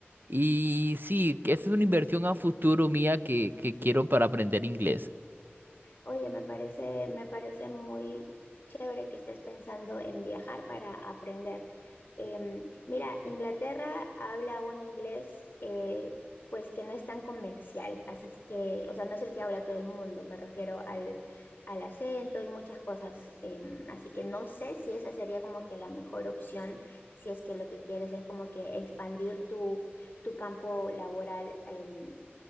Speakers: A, on the right; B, on the left.
A: Y sí, que esa es una inversión a futuro mía que, que quiero para aprender inglés.
B: Oye, me parece, me parece muy chévere que estés pensando en viajar para aprender. Em, mira, Inglaterra habla un inglés eh, pues que no es tan comercial, así que, o sea, no es el que habla todo el mundo, me refiero al, al acento y muchas cosas, em, así que no sé si esa sería como que la mejor opción, si es que lo que quieres es como que expandir tu, tu campo laboral em,